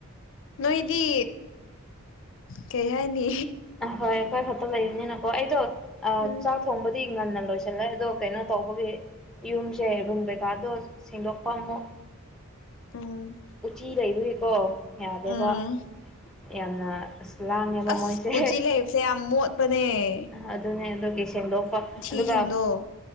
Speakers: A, on the left (about 60°); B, in the centre.
A: ꯅꯣꯏꯗꯤ ꯀꯩ ꯍꯥꯏꯅꯤ
B: ꯑꯍꯣꯏ ꯑꯩꯈꯣꯏ ꯈꯛꯇ ꯂꯩꯕꯅꯤꯅꯀꯣ ꯑꯩꯗꯣ
A: ꯎꯝ
B: ꯆꯥꯛ ꯊꯣꯡꯕꯗꯤ ꯉꯟꯅ ꯂꯣꯏꯁꯤꯜꯂꯦ ꯑꯗꯣ ꯀꯩꯅꯣ ꯇꯧꯕꯒꯤ ꯌꯨꯝꯁꯦ ꯔꯨꯝ ꯀꯩꯀꯥꯗꯣ ꯁꯦꯡꯗꯣꯛꯄ ꯑꯃꯨꯛ
A: ꯎꯝ
B: ꯎꯆꯤ ꯂꯩꯕꯒꯤꯀꯣ ꯌꯥꯗꯦꯕ
A: ꯎꯝ
B: ꯌꯥꯝꯅ ꯑꯁ ꯂꯥꯡꯉꯦꯕ
A: ꯑꯁ
B: ꯃꯣꯏꯁꯦ
A: ꯎꯆꯤ ꯂꯩꯕꯁꯦ ꯌꯥꯝ ꯃꯣꯠꯄꯅꯦ
B: <unintelligible> ꯑꯗꯨꯅꯦ ꯑꯗꯨꯒꯤ ꯁꯦꯡꯗꯣꯛꯄ ꯑꯗꯨꯒ
A: ꯏꯍꯤꯡꯗꯣ